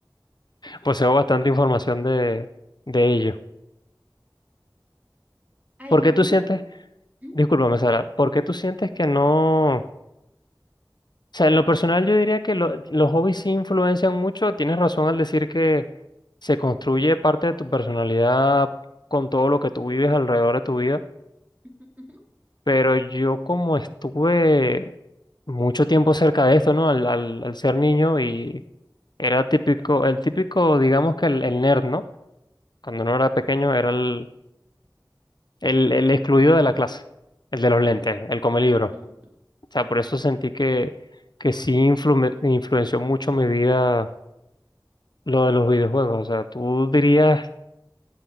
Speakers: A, on the left; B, on the right.
A: poseo bastante información de, de ello.
B: ¿Alguna?
A: ¿Por qué tú sientes?
B: Mm,
A: Discúlpame, Sara, ¿por qué tú sientes que no? O sea, en lo personal yo diría que lo- los hobbies sí influencian mucho. Tienes razón al decir que se construye parte de tu personalidad con todo lo que tú vives alrededor de tu vida.
B: ujú, ujú,
A: Pero yo como estuve mucho tiempo cerca de esto, ¿no? Al, al, al ser niño y era típico, el típico, digamos que el, el nerd, ¿no? Cuando uno era pequeño era el, el, el excluido de la clase, el de
B: Ok.
A: los lentes, el come O
B: ujú.
A: sea, por eso sentí que, que sí influme- influenció mucho mi vida lo de los videojuegos. O sea, ¿tú dirías